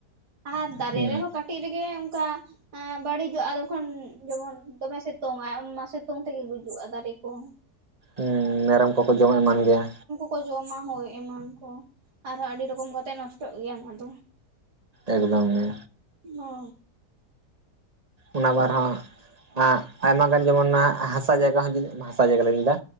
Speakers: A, on the right; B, on the right.
A: ᱟᱨ ᱫᱟᱨᱮ
B: ᱦᱩᱸ
A: ᱨᱮᱦᱚᱸ ᱠᱟᱹᱴᱤᱡ ᱨᱮᱜᱮ ᱚᱱᱠᱟ ᱮᱸ ᱵᱟᱹᱲᱤᱡᱚᱜᱼᱟ ᱡᱚᱠᱷᱚᱱ ᱡᱮᱢᱚᱱ ᱫᱚᱢᱮ ᱥᱤᱛᱩᱝ ᱟᱭ, ᱩᱱ ᱢᱟ ᱥᱤᱛᱩᱝ ᱛᱮᱜᱮ ᱜᱩᱡᱩᱜᱼᱟ ᱫᱟᱨᱮ ᱠᱚᱦᱚᱸ᱾
B: ᱩᱸ ᱢᱮᱨᱚᱢ ᱠᱚᱠᱚ ᱡᱚᱢ ᱮᱢᱟᱱ ᱜᱮᱭᱟ᱾
A: ᱠᱚ ᱡᱚᱢᱟ ᱦᱳᱭ ᱮᱢᱟᱱ ᱠᱚ ᱟᱨᱦᱚᱸ ᱟᱹᱰᱤ ᱨᱚᱠᱚᱢ ᱠᱟᱛᱮᱫ ᱱᱚᱥᱴᱚᱜ ᱜᱮᱭᱟ ᱚᱱᱟ ᱫᱚ᱾
B: ᱮᱠᱫᱚᱢ ᱜᱮ᱾
A: ᱦᱚ᱾
B: ᱚᱱᱟ ᱵᱟᱨ ᱦᱚᱸ ᱟᱜ ᱟᱭᱢᱟ ᱜᱟᱱ ᱡᱮᱢᱚᱱ ᱦᱟᱸᱜ ᱦᱟᱥ ᱦᱟᱥᱟ ᱡᱟᱭᱜᱟ ᱦᱚᱸ ᱡᱩᱛᱩᱜ ᱢᱟ ᱦᱟᱥᱟ ᱡᱟᱭᱜᱟ ᱞᱮ ᱞᱟᱹᱭ ᱫᱟ,